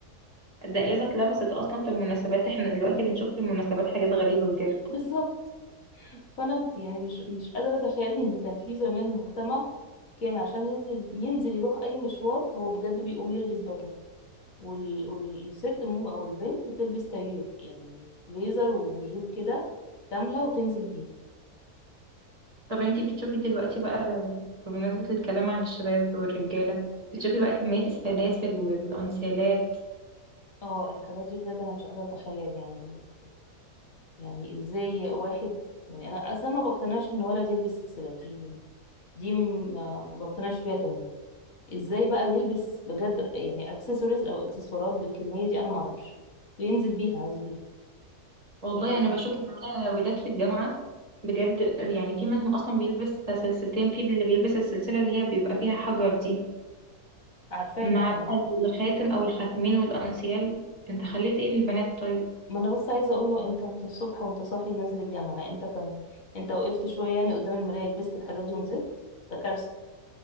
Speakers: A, on the right (about 25°); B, on the left (about 60°).
A: الدقازة اتلبست اصلا في المناسبات احنا دلوقتي بنشوف في المناسبات حاجات غريبة بجد
B: بالظبط فانا يعني مش مش قادره اتخيل ان كان في زمان مجتمع كان عشان ينزل ينزل يروح اي مشوار هو بجد بيقوم يلبس بدله وال... والست مم او البنت تلبس تغيير يعني ليزر وجيب كده كامله وتنزل بيه
A: طب انتي بتشوفي دلوقتي بقى بمناسبة الكلام عن الشباب والرجالة بتشوفي بقى كمية السلاسل والأنسيالات
B: اه الحاجات دي بجد انا مش قادره اتخيل يعني يعني ازاي واحد يعني انا اصلا ما بقتنعش ان ولد يلبس سلسله دي دي ما ما بقتنعش بيها تماما ازاي بقى يلبس بجد يعني اكسسوارز او اكسسوارات بالكميه دي انا ما اعرفش وينزل بيها عادي جدا
A: والله
B: يعني
A: أنا بشوف معايا ولاد في الجامعة بجد يعني في منهم أصلا بيلبس سلسلتين في اللي بيلبس السلسلة اللي هي بيبقى فيها حجر دي
B: عارفاها
A: مع
B: اه
A: بقى الخاتم أو الخاتمين والأنسيال انت خليت ايه للبنات طيب
B: ما انا بس عايزه اقول له انت انت الصبح وانت صاحي نازل الجامعه انت كان انت وقفت شويه يعني قدام المرايه لبست الحاجات دي ونزلت ده كارثه